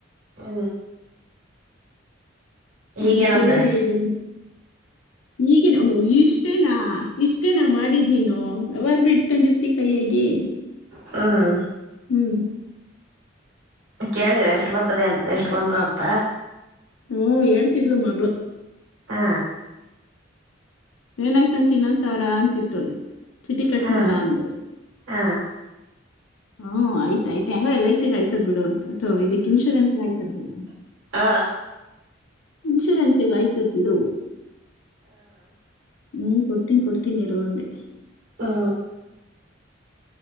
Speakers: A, on the right (about 85°); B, on the left (about 80°).
A: ಹ
B: ಅದು
A: ಈಗೇನಂತಾರೆ
B: ಕೇಳೋದ ಹೇಳಿದಿಲ್ಲ ಈಗಿನ ಓ ಇಷ್ಟೇನಾ ಇಷ್ಟೇ ನ ಮಾಡಿದ್ ನೀನು ಯಾವಾಗ್ಲೂ ಹಡ್ಕೊಂಡಿರ್ತಿ ಕೈಯಗೇ
A: ಹ್ಮ್
B: ಹ್ಮ್
A: ಕೇಳಿದರ ಎಷ್ಟು ಬತದೆ ಅ ಎಷ್ಟು ಬಂತು ಅಂತ
B: ಹ್ಮ ಹೇಳ್ತಿದ್ಲು ಮಗಳು
A: ಹಾ
B: ಏನಾಯ್ತಂತ ಇನ್ನೊಂದ್ ಸಾವಿರ ಅಂತಿತ್ತೋದು ಚಿಟ ಕಟ್ನಲ್ಲ
A: ಹಾ
B: ಒಂದೆ
A: ಹಾ
B: ಹ್ಮ್ ಆಯ್ತಯ್ತ ಹೆಂಗ ಎಲ್ ಐ ಸಿಗ ಆಯ್ತದ್ ಬಿಡುಂತ ಅಥ್ವಾ ಇದಕ್ ಇನ್ಶೂರೆನ್ಸ್ಗ ಆಯ್ತದ್ ಬಿಡು
A: ಹ
B: ಇನ್ಶೂರೆನ್ಸ್ಗ ಆಯ್ತದ ಬಿಡ ಹ್ಮ ಕೊ ಕೊಡ್ತೀನಿರು ಒಂದೆ
A: ಹಾ